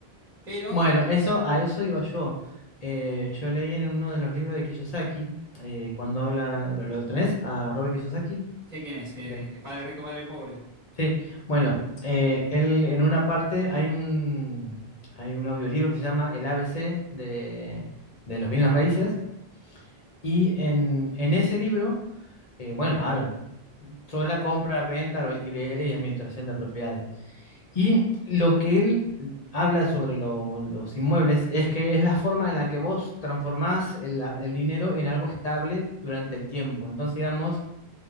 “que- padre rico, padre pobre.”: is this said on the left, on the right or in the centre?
Right